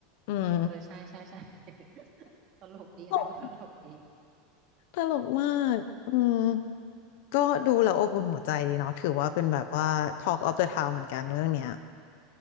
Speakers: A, on the left (about 55°); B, on the right (about 30°).
A: อืม
B: เออใช่ใช่ใช่ <laughs> ตลกดีอันนั้นก็ตลกดี
A: ตลกตลกมาก อืม ก็ดูแล้วอบอุ่นหัวใจดีเนาะถือว่าเป็นแบบว่า Talk of the Town เหมือนกันเรื่องเนี้ย